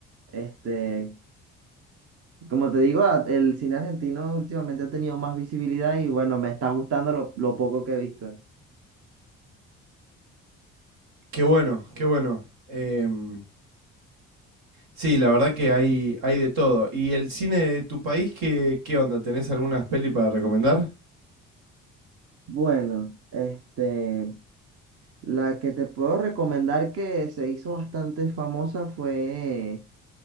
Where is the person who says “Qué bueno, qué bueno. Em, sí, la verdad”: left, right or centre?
Right